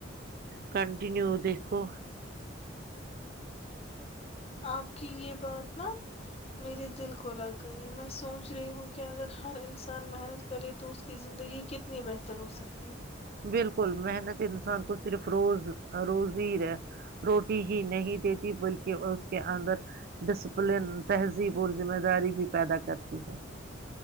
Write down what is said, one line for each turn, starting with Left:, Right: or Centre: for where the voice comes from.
Right: کنٹیینیو دیکھو
Left: آپ کی یہ بات نا میرے دل کو لگ گئی ہے میں سوچ رہی ہوں کہ اگر ہر انسان محنت کرے تو اس کی زندگی کتنی بہتر ہو سکتی
Right: بالکل محنت انسان کو صرف روز روزی روٹی ہی نہیں دیتی بلکہ اس کے اندر ڈسپلن تہذیب اور ذمہ داری بھی پیدا کرتی ہے